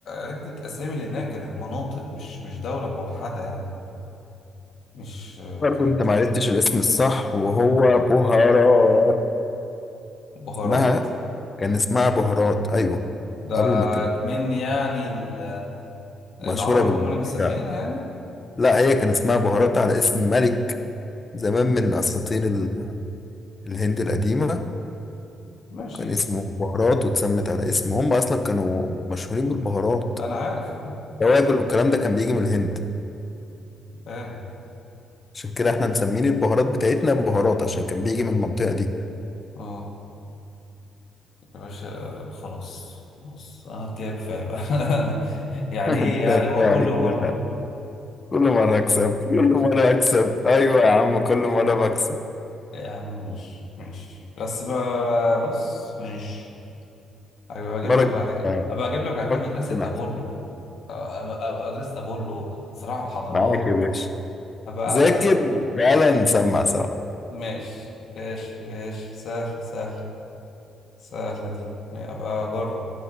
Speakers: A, on the left; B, on the left.
A: عدة أسامي لأنها كانت مناطق مش مش دولة موحدة يعني مش
B: برضو
A: كانت
B: انت ما عرفتش الاسم الصح وهو بهارات
A: بهارات
B: اسمها كان اسمها بهارات ايوه
A: ده
B: قبل ما تبقى
A: من يعني ال- العرب
B: مشهورة بالبابريكا
A: هم اللي مسميينها يعني
B: لا هي كان اسمها بهارات على اسم ملك زمان من أساطير ال- الهند القديمة
A: ماشي
B: كان اسمه بهارات واتسمت على اسمه هم أصلا كانوا مشهورين بالبهارات
A: أنا عارف أنا
B: توابل والكلام ده كان بيجي من الهند
A: فاهم
B: عشان كده احنا مسمين البهارات بتاعتنا بهارات عشان كان بيجي من المنطقة دي
A: اه يا باشا خلاص خلاص اه كده كفايه بقى <laughs> انا يعني
B: <laughs>
A: ايه
B: انت
A: يعني
B: كفاية
A: هو كل
B: عليك
A: مره
B: كده بقى. كل مرة
A: آه،
B: أكسب كل مرة أكسب أيوة يا عم كل مرة بكسب
A: يا عم مش مش بس بقى بقى- بص مش هبقى اجيب
B: مرة
A: لك
B: كده.
A: بعد كده هبقى اجيب لك بعد
B: مرة
A: كده مدرسه
B: كده.
A: ابولو آه، أبقى مدرسه ابولو صراع الحضارات
B: معاك يا باشا
A: هبقى
B: ذاكر
A: هبقى
B: تعالى نسمع سوا
A: ماشي ماشي ماشي سهل سهل سهله دي هبقى اجرب